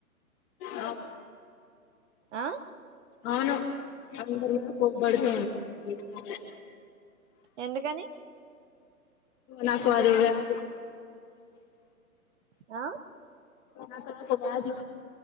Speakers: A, on the left (about 30°); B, on the right (about 55°).
A: ఆ
B: అ
A: అవును అందులో పోబెడుతు ఉంటాను <inaudible> ఉమ్
B: ఎందుకని
A: నాకు అది రాదు
B: ఆ
A: నా పోది